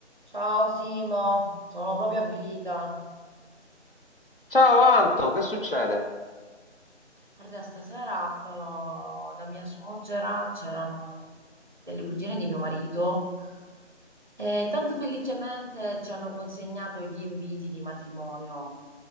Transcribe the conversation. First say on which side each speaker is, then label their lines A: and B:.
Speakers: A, on the right; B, on the left.
A: Ciao Simo, sono proprio avvilita.
B: Ciao Anto, che succede?
A: Guarda, stasera eh, da mia suocera c'erano delle cugine di mio marito e tanto felicemente ci hanno consegnato gli inviti di matrimonio.